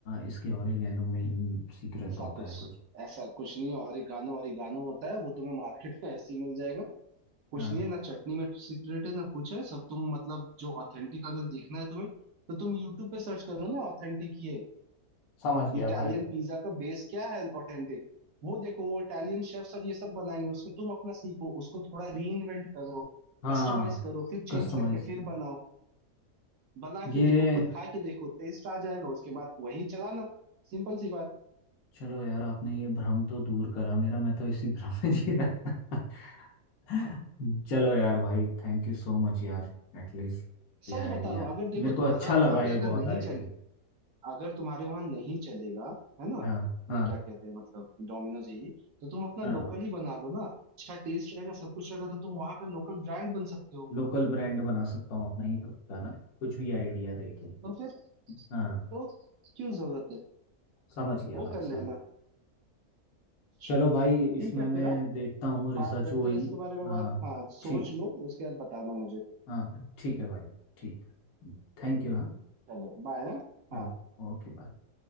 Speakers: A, on the left (about 70°); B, on the right (about 65°).
A: इसके ओरिगेनो में ही सीक्रेट
B: ऐसा
A: होता
B: कुछ
A: है कुछ
B: ऐसा कुछ नहीं और ओरिगानो ओरिगानो होता है वो तुम्हें मार्केट में ऐसे ही मिल जाएगा कुछ
A: हाँ
B: नहीं है ना चटनी में सीक्रेट है ना कुछ है सब तुम मतलब जो ऑथेंटिक अगर देखना है तुम्हें तो तुम यूट्यूब पे सर्च करो ना ऑथेंटिक ये
A: समझ गया
B: इटालियन
A: भाई
B: पिज्जा का बेस क्या है ऑथेंटिक वो देखो वो इटालियन शेफ्स और ये सब बनाएंगे उसमें तुम अपना सीखो उसको थोड़ा रीइन्वेंट करो
A: हाँ
B: कस्टमाइज करो फिर
A: कस्टमाइज
B: चेंज करके
A: करो
B: फिर बनाओ बना
A: ये
B: के देखो खुद खा के देखो टेस्ट आ जाएगा उसके बाद वही चलाना सिंपल सी बात
A: चलो यार आपने ये भ्रम तो दूर करा मेरा मैं तो इसी भ्रम में जी रहा था <laughs> चलो यार भाई थैंक यू सो मच यार एटलीस्ट ये
B: सच
A: आइडिया
B: बता रहा हूँ अगर देखो
A: मेरे को
B: तुम्हारा
A: अच्छा लगा
B: वहां
A: ये
B: पे अगर
A: बहुत
B: नहीं
A: आइडिया
B: चले अगर तुम्हारे वहां नहीं चलेगा है ना
A: हाँ हाँ
B: ये क्या कहते हैं मतलब डोमिनोज है ये तो तुम अपना
A: हाँ
B: लोकल ही बना लो ना अच्छा टेस्ट रहेगा सब कुछ रहेगा तो तुम वहां का लोकल ब्रांड बन सकते हो
A: लोकल ब्रांड बना सकता हूँ अपना ही खुद का ना कुछ भी आइडिया देके
B: तो फिर
A: हाँ
B: तो क्यों जरूरत है
A: समझ गया भाई
B: वो कर लेना
A: समझ
B: अच्छा
A: चलो भाई इसमें
B: ठीक है
A: मैं
B: फिर हाँ
A: देखता हूँ रिसर्च
B: बात करते
A: हुई
B: हैं इसके बारे में
A: हाँ
B: बात हाँ सोच
A: ठीक
B: लो उसके बाद बताना मुझे
A: हाँ ठीक है भाई ठीक Thank you हाँ
B: चलो बाय हाँ
A: हाँ
B: हाँ।
A: Okay bye